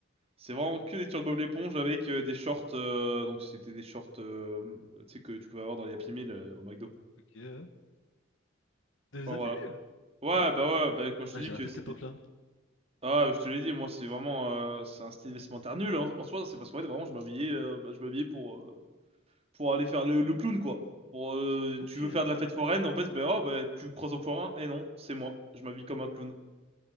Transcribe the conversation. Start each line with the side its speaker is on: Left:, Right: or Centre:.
Right: C'est vraiment que des t-shirts Bob l'éponge avec euh, des shorts, euh, donc c'était des shorts, euh, tu sais, que tu pouvais avoir dans les Happy Meal euh, au McDo.
Left: Ok. euh, Dans les
Right: Enfin
Left: affaiblir?
Right: voilà. Ouais,
Left: Ah ouais?
Right: bah ouais, bah quand je
Left: Ah,
Right: te dis
Left: j'ai
Right: que
Left: raté
Right: c'est...
Left: cette époque-là.
Right: Ah, je te l'ai dit, moi, c'est vraiment, euh, c'est un style vestimentaire nul hein. en, soi. C'est parce qu'en fait, vraiment, je m'habillais, euh, bah, je m'habillais pour, euh, pour aller faire le, le clown, quoi. Pour, euh,
Left: Ok,
Right: tu veux faire
Left: ok.
Right: de la fête foraine, en fait, ben, oh, ben, tu croises un forain, et non, c'est moi. Je m'habille comme un clown.